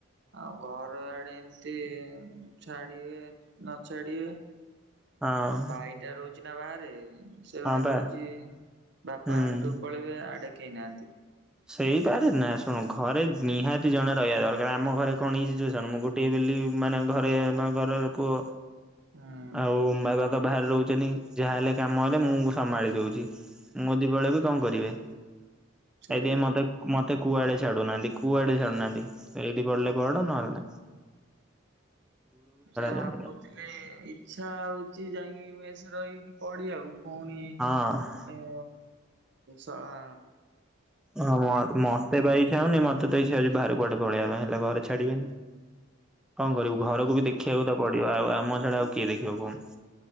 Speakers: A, on the right; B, in the centre.
A: ଆଉ ଘର ଆଡେ ତେ ଛାଡ଼ିବେ ନଛାଡ଼ିବେ
B: ହଁ
A: ଭାଇଟା ରହୁଛି ନା ବାହାରେ, ସେ
B: ହଁ
A: ବାହାରେ
B: ପା
A: ରହୁଛି ବାପା
B: ହୁଁ।
A: ହାଟକୁ ପଳେଇ ଆଡେ କେହି ନାହାନ୍ତି।
B: ସେଇପାରେ ନା ଶୁଣ ଘରେ ନିହାତି ଜଣେ ରହିବା ଦରକାର। ଆମ ଘରେ କଣ ଏଇ ଯୋଉ ଜନ୍ମ ଟିଏ ବୋଲି ମାନେ ଘରେ ମାନେ ଘରର ପୁଅ
A: ହୁଁ।
B: ଆଉ ମା ବାପା ବାହାରେ ରହୁଛନ୍ତି, ଯାହାହେଲେ କାମ ହେଲେ ମୁଁ ସମ୍ଭାଳି ଦଉଛି। ମୁଁ ଜଦି ପଳେଇବି କଣ କରିବେ।
A: ସେଇବା।
B: ସେଇଥୀପାଇଁ ମତେ ମତେ କୁଆଡେ ଛାଡୁନାହାନ୍ତି କୁଆଡେ ଛାଡୁନାହାନ୍ତି ଏଇଠି ପଢଡିଲେ ପଡ ନହେଲେ ନା।
A: ଯ
B: ଛାଡି ନାହିଁ
A: କହୁଥିଲେ ଇଚ୍ଛା ହଉଛି ଯାଇକି ମେସରେ ରହିବି ପଡି ଆଉ ପୁଣି
B: ହଁ।
A: ଏ ସଳା
B: ହଁ ମତେ ବାଇ ଛଉନି ମତେ ତ ଇଛଛି ବାହାରକୁ କୁଡେ ପଳେଇ ପାଇଁ ହେଲା ଘରେ ଛାଡିବେନି। କଣ କରିବୁ ଘରକୁ ବି ଦେଖିବାକୁ ତ ପଡିବ ଆଉ ଆମ ଛାଡା ଆଉ କିଏ ଦେଖିବ କହୁନୁ।